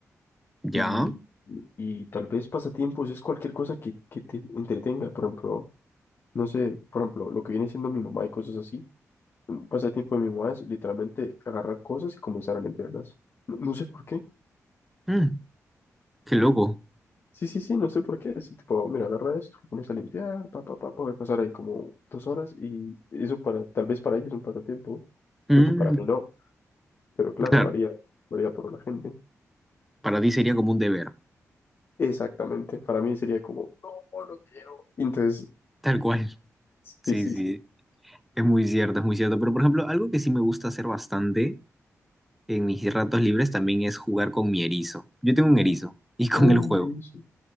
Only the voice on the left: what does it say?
y,
y, y tal vez pasatiempos es cualquier cosa que, que te entretenga, por ejemplo, no sé, por ejemplo, lo que viene siendo mi mamá y cosas así, un pasatiempo de mi mamá es literalmente agarrar cosas y comenzar a limpiarlas. No, no sé por qué,
Sí, sí, sí, no sé por qué. Así tipo, mira, agarra esto, lo pones a limpiar, pa, pa, pa, puede pasar ahí como dos horas y eso para, tal vez para ella es un pasatiempo,
lo que para mí no, pero claro,
varía, varía por la gente.
Exactamente, para mí sería como, no, no quiero. Entonces,
sí,
sí, sí.
oh,
me dice.